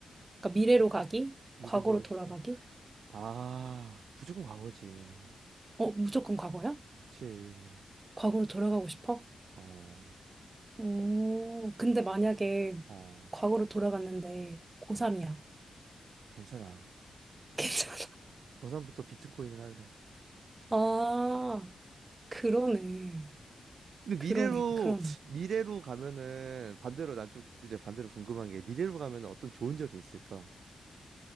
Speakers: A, on the right (about 35°); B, on the right (about 70°).
A: 그러니까 미래로 가기,
B: 미르부하기
A: 과거로 돌아가기.
B: 걸. 아, 무조건 과거지.
A: 어, 무조건 과거야?
B: 그치.
A: 과거로 돌아가고 싶어?
B: 어,
A: 오, 근데 만약에
B: 어,
A: 과거로 돌아갔는데 고3이야.
B: 괜찮아.
A: <laughs> 괜찮아.
B: 고3부터 비트코인을 할래.
A: 아, 그러네.
B: 근데
A: 그러네,
B: 미래로,
A: 그러네.
B: 미래로 가면은, 반대로 난 좀 이제 반대로 궁금한 게, 미래로 가면은 어떤 좋은 점이 있을까?